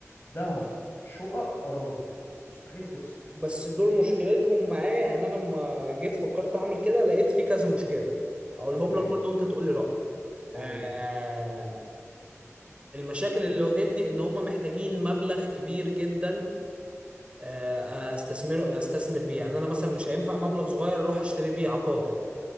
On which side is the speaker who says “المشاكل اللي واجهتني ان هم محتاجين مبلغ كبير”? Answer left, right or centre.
Right